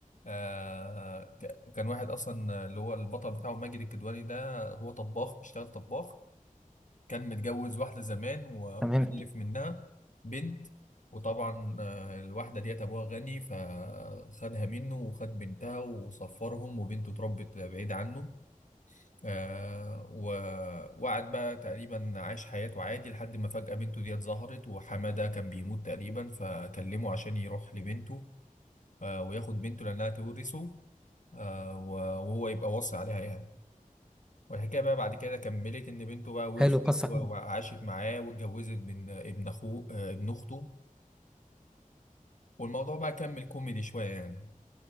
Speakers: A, on the left; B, in the centre.
A: آه ك- كان واحد أصلا اللي هو البطل بتاعه ماجد الكدواني ده هو طباخ بيشتغل طباخ كان متجوز واحدة زمان و-
B: تمام
A: وخلف منها بنت وطبعا آه، الواحدة ديت أبوها غني فخدها منه وخد بنتها وصفرهم وبنته اتربت بعيد عنه آه و- وقعد بقى تقريبا عاش حياته عادي لحد ما فجأة بنته ديت ظهرت وحمادة كان بيموت تقريبا فكلمه عشان يروح لبنته آه وياخد بنته لأنها تورثه آه و- وهو يبقى واصي عليها يعني والحكاية بقى بعد كده كملت إن بنته بقى ورثت
B: حلو قصة
A: و-
B: حلوة.
A: وعاشت معاه واتجوزت من ابن أخوه آه ابن أخته والموضوع بقى كمل كوميدي شوية يعني